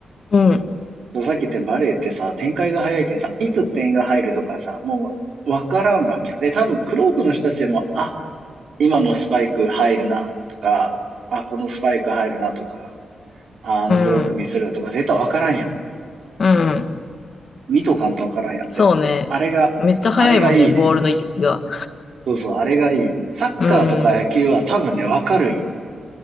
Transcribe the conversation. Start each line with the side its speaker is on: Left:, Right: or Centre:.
Left: うん、
Right: そうさっき言ったバレーってさ、展開が早いけんさ、いつ点が入るとかさ、もう分からんわけよ。で、多分玄人の人たちでも、あ、今のスパイク入るなとか、あ、このスパイク入るなとか、ああのブロックミスるなとか、
Left: うん、
Right: 絶対わからんやん。
Left: うん。
Right: 見とかんとわからんやん、
Left: そうね。
Right: 絶対。あれが、
Left: めっちゃ速いもんね、
Right: あれがいいね。
Left: ボールの行き来が。
Right: そうそう、あれがいい。サッカーとか野球は多分ね、
Left: うん。
Right: わかるんよ。